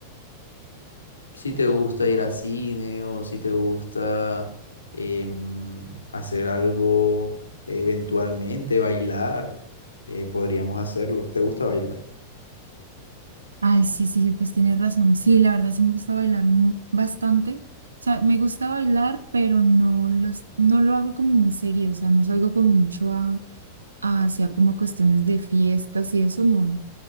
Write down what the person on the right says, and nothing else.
Ay, sí, sí, pues tienes razón. Sí, la verdad sí me gusta bailar mu- bastante. O sea, me gusta bailar, pero no los, no lo hago como muy seguido. O sea, no salgo como mucho a, a- hacia como cuestiones de fiestas y eso, no.